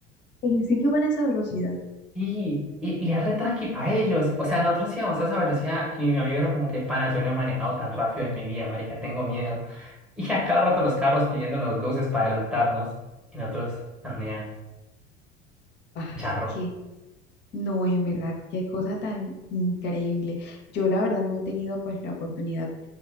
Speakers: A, on the left; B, in the centre.
A: ¿En serio van a esa velocidad?
B: Y, y, y es re tranqui para ellos. O sea, nosotros íbamos a esa velocidad y mi amigo era como que, pana, yo no he manejado tan rápido en mi vida, marica, tengo miedo. Y a cada rato los carros pidiéndonos luces para adelantarnos y nosotros, no, nea,
A: Ah,
B: charro.
A: es que no, en verdad, qué cosa tan increíble. Yo la verdad no he tenido pues la oportunidad